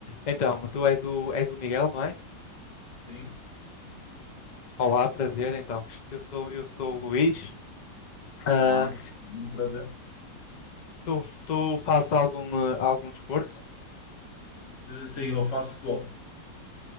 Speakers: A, on the left (about 85°); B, on the left (about 50°).
A: Então, tu és o, és o Miguel, não é?
B: Sim,
A: Olá, prazer. Então, eu sou, eu sou o Luís. Ah,
B: olá, muito prazer.
A: tu, tu fazes algum, eh, algum desporto?
B: Eh, Sim, eu faço futebol.